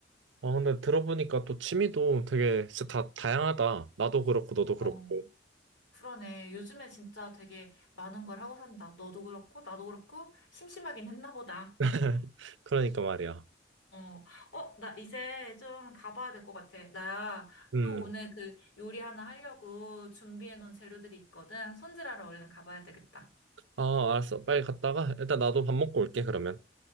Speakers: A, on the right (about 80°); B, on the left (about 85°).
A: 아, 근데 들어보니까 또 취미도 되게 진짜 다 다양하다. 나도 그렇고, 너도 그렇고.
B: 어, 그러네. 요즘에 진짜 되게 많은 걸 하고 산다. 너도 그렇고, 나도 그렇고, 심심하긴 했나 보다.
A: <laughs> 그러니까 말이야.
B: 어, 어, 나 이제 좀 가봐야 될 것 같아. 나
A: 음.
B: 또 오늘 그 요리 하나 하려고 준비해 놓은 재료들이 있거든. 손질하러 얼른 가봐야 되겠다.
A: 아, 알았어. 빨리 갔다가 일단 나도 밥 먹고 올게, 그러면.